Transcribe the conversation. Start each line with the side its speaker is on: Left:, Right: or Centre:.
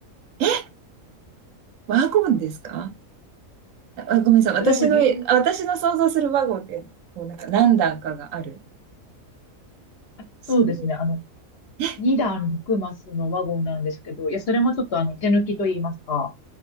Right: え、ワゴンですかあ、ごめんなさい。私の、
Left: それもり、
Right: あ私の想像するワゴンって、こう、なんか何段かがある。
Left: あそうですね、
Right: そう
Left: あの、
Right: え、
Left: 2段6マスのワゴンなんですけど、いや、それもちょっとあの、手抜きと言いますか、